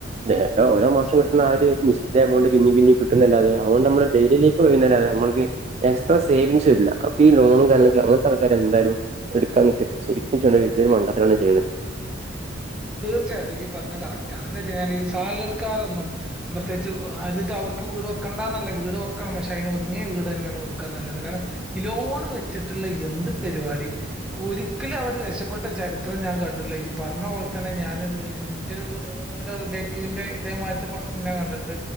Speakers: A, on the right; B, in the centre.
A: നേരത്തെ ഓരോ മാസം കിട്ടുന്ന ആ ഒര് നിശ്ചിത എമൗണ്ട് പിന്നിം പിന്നിം കിട്ടുന്നല്ലാതെ അവോണ്ടമ്മളെ ഡെയിലി ലൈഫ് <unintelligible> ഏഹ് നമ്മൾക്ക് ഈ എക്സ്ട്രാ സേവിംഗ്സ് വര്ല്ലാ അപ്പ ഈ ലോണും കാര്യങ്ങളൊക്കെ അങ്ങത്താൾക്കാര് എന്തായാലും എട്ക്കാൻ നോക്കിയത് ശരിക്കും <unintelligible> മണ്ടത്തരാണ് ഞാൻ ചെയ്യ്ണേ
B: തീർച്ചയായിട്ടും ഇയ്യ് പറ്ഞ്ഞെ കറക്റ്റാ എന്തോയിച്ചഞ്ഞാല് ഈ സാലറിക്കാരൊന്നും പ്രത്യേയിച്ച് ഓഹ് അര്താ ഓല്ക്ക് വീട് വെക്കണ്ടാന്നല്ല വീട് വെക്കണം പക്ഷെ അയിന്ന് ഒതുങ്ങിയ വീടെന്നേണ് വെക്കാൻ നല്ലത് കാരണം ഈ ലോണ് വെച്ച് ട്ട്ള്ളയെന്ത് പരിവാടിം ഒരിക്കലും അവര് രക്ഷപ്പെട്ട ചരിത്രം ഞാൻ കണ്ടിട്ടില്ല ഇയ്യ് പറ്ഞ്ഞ പോല് ത്തന്നെ ഞാന് ഇത് ഇന്റെ ഒ ഒരു റിലേറ്റീവിന്റെ ഇതേമായിത്തെ പ്രശ്നം ഞാൻ കണ്ടിട്ട്ണ്ട്